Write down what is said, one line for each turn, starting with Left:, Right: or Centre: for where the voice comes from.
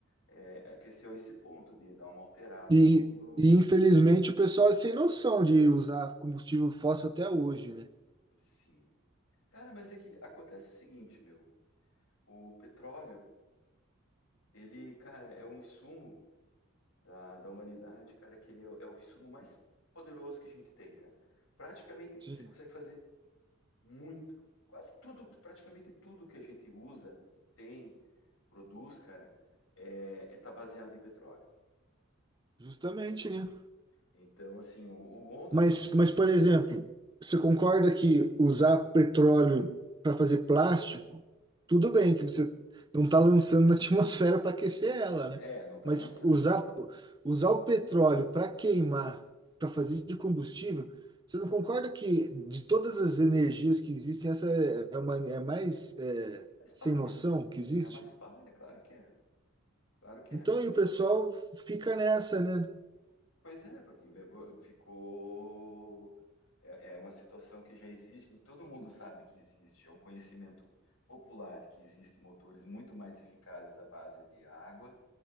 Left: é, cresceu a esse ponto de dar uma alterada
Right: E,
Left: no, no...
Right: e infelizmente o pessoal é sem noção de usar combustível fóssil até hoje, né?
Left: Sim. Cara, mas é que acontece o seguinte, meu. O petróleo, ele, cara, é um insumo da, da humanidade, cara, que ele é, é o insumo mais poderoso que a gente tem, cara. Praticamente
Right: Sim.
Left: você consegue fazer muito. Quase tudo, praticamente tudo que a gente usa tem produz, cara, é, é tá baseado em petróleo.
Right: Justamente, né?
Left: Então, assim, o, o mundo,
Right: Mas,
Left: assim,
Right: mas, por exemplo, você concorda que usar petróleo para fazer plástico, tudo bem que você não está lançando na <laughs> atmosfera para aquecer ela, né?
Left: é, não tá
Right: Mas
Left: lançando,
Right: usar, usar o petróleo para queimar, para fazer de combustível, você não concorda que de todas as energias que existem, essa é a mani- é a mais é,
Left: mas palha,
Right: sem noção que existe?
Left: é mais palha, claro que é, claro que
Right: Então,
Left: é.
Right: e o pessoal fica nessa, né?
Left: Pois é, porque inve- ficou, é, é uma situação que já existe, todo mundo sabe que existe, é um conhecimento popular que existem motores muito mais eficazes à base de água,